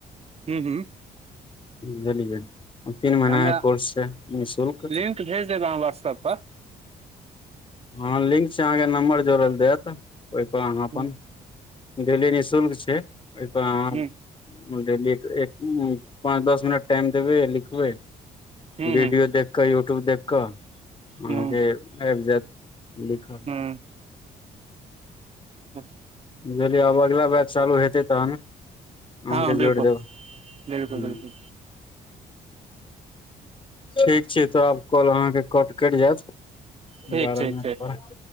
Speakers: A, on the right; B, on the left.
A: हूँ हूँ
B: लेलियै तीन महिना
A: हमरा
B: कोर्स छै निःशुल्क
A: लिंक भेज दे ह वहट्सअप पर
B: हँ लिंक छै अहाँके नम्बर जोड़ैल जात ओहिपर अहाँ अपन
A: हूँ
B: डेली निःशुल्क छय ओहिपर अहाँ
A: हूँ
B: डेली ए एक पाँच दस मिनट टाइम देबै अ लिखबै
A: हूँ
B: वीडियो
A: हूँ
B: देख कऽ यूट्यूब देख कऽ अहाँके
A: हूँ
B: आयब जैत लिखल
A: हूँ हट
B: बुझलियै आब अगिला बैंच चालू हेतै तहन अहाँके
A: हँ बिल्कुल
B: जोड़ देब हमहुं
A: बिल्कुल बिल्कुल
B: ठीक छै तऽ आब कॉल अहाँके कट करि जैत
A: ठीक
B: बारह
A: ठीक
B: मिनट
A: ठीक
B: पर